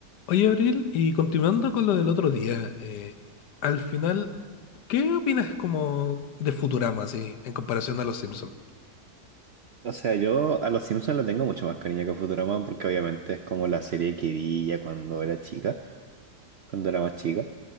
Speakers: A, on the left (about 75°); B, on the right (about 75°).
A: Oye, Abril, y continuando con lo del otro día, eh, al final, ¿qué opinas como de Futurama, así, en comparación a Los Simpsons?
B: O sea, yo a Los Simpsons le tengo mucho más cariño que a Futurama porque obviamente es como la serie que vi ya cuando era chica, cuando era más chica.